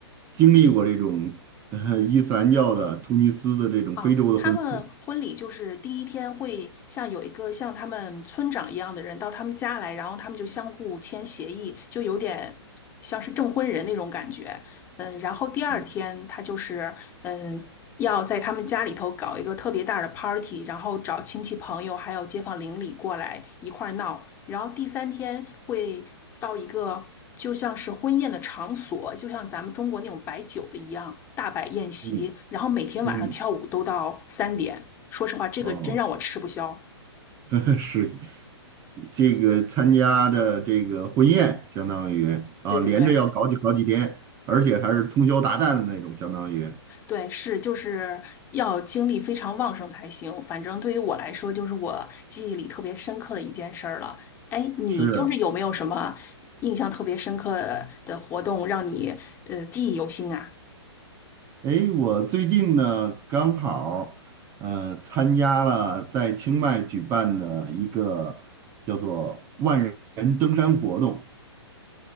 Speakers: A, on the right (about 20°); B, on the left (about 15°).
A: 经历过这种呃伊斯兰教的突尼斯的这种非洲的婚礼。
B: 啊，他们婚礼就是第一天会像有一个像他们村长一样的人到他们家来，然后他们就相互签协议，就有点像是证婚人那种感觉。嗯，然后第二天他就是嗯要在他们家里头搞一个特别大的
A: 嗯
B: party，然后找亲戚朋友还有街坊邻里过来一块儿闹。然后第三天会到一个。就像是婚宴的场所，就像咱们中国那种摆酒的一样，大摆宴席，
A: 嗯
B: 然后每天晚上跳舞都到三点。
A: 嗯，
B: 说实话，这个真让我吃不消。
A: 哦，<laughs> 是这个参加的这个婚宴，相当于啊，
B: 对对对
A: 连着要搞几搞几天，而且还是通宵达旦的那种，相当于
B: 对，是就是要精力非常旺盛才行。反正对于我来说，就是我记忆里特别深刻的一件事儿了。哎，你就是有没有什么印象特别深刻
A: 是。
B: 的活动，让你呃记忆犹新啊？
A: 诶，我最近呢刚好呃参加了在清迈举办的一个叫做万人登山活动，